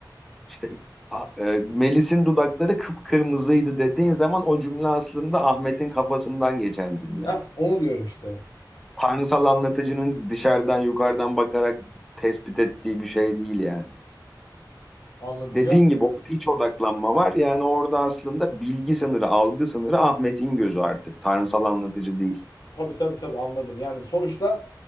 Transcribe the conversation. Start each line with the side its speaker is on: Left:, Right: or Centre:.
Centre: işte a- e, Melis'in dudakları kıpkırmızıydı dediğin zaman o cümle aslında Ahmet'in kafasından geçen cümle.
Left: Hah, onu diyorum işte.
Centre: tanrısal anlatıcının dışarıdan yukarıdan bakarak tespit ettiği bir şey değil yani.
Left: Anladım.
Centre: Dediğin gibi orada iç odaklanma var. Yani orada aslında bilgi sınırı, algı sınırı Ahmet'in gözü artık. Tanrısal anlatıcı değil.
Left: Tabii tabii tabii anladım. Yani sonuçta